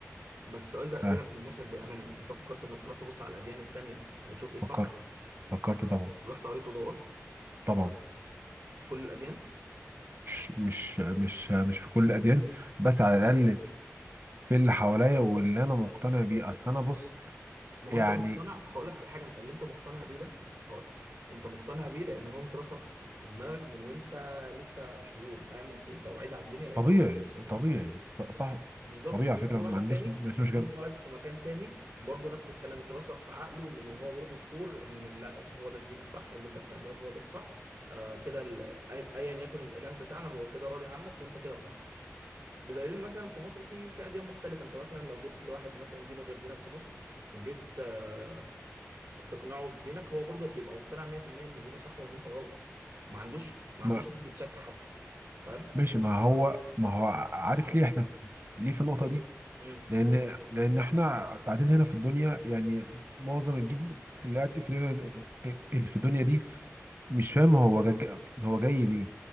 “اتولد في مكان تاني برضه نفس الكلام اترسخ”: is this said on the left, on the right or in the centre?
Right